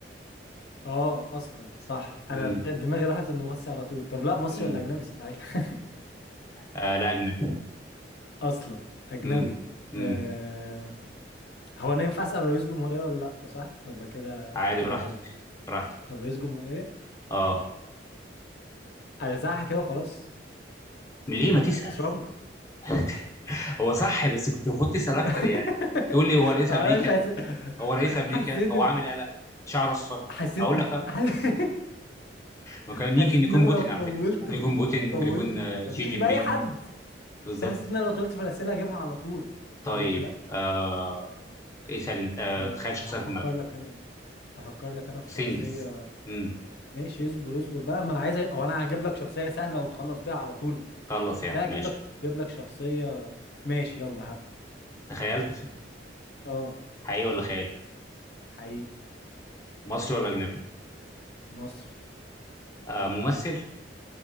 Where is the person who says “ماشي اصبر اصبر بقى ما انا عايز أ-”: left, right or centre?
Left